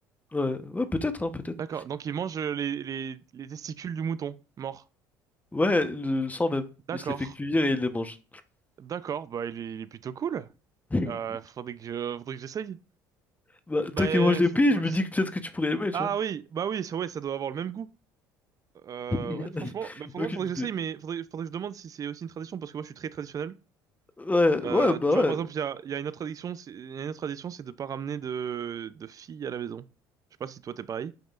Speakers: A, on the left (about 15°); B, on the right (about 40°).
A: Ouais, ouais, peut-être, hein, peut-être.
B: D'accord. Donc il mange euh, les, les les testicules du mouton mort.
A: Ouais, le, le sang même.
B: D'accord.
A: Il se les fait cuire et il les mange.
B: D'accord. Bah il est, il est plutôt cool.
A: <laughs>
B: Euh, faudrait que faudrait que j'essaye.
A: Bah,
B: Bah
A: toi qui manges les
B: faudrait
A: pieds, je me
B: que
A: dis
B: j'essaye.
A: que peut-être que tu pourrais aimer, tu
B: Ah
A: vois.
B: oui, bah oui, ça, ouais, ça doit avoir le même goût. Euh,
A: <laughs>
B: ouais, franchement, bah, faudrait,
A: Aucune
B: faudrait
A: idée.
B: que j'essaye, mais faudrait, faudrait que je demande si c'est aussi une tradition, parce que moi je suis très traditionnel.
A: Ouais,
B: Euh,
A: ouais, bah
B: tu vois,
A: ouais.
B: par exemple, il y a, il y a une autre tradition, c'est, il y a une autre tradition, c'est de pas ramener de, de filles à la maison. Je sais pas si toi t'es pareil.